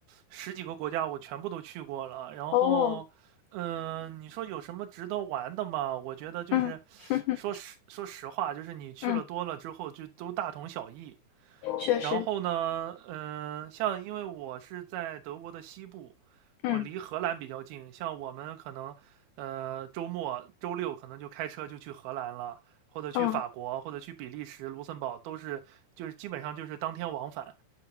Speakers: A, on the right; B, on the left.
A: 十几个国家我全部都去过了，然后，
B: 哦，
A: 嗯，你说有什么值得玩的吗？我觉得就是，
B: 嗯，<laughs>
A: 说实说实话，就是你去了多了之后就都大同小异，
B: 嗯，确实，
A: 然后呢，嗯、像因为我是在德国的西部，
B: 嗯
A: 我离荷兰比较近，像我们可能，呃，周末周六可能就开车就去荷兰了，或者去法国，
B: 嗯，
A: 或者去比利时、卢森堡，都是就是基本上就是当天往返。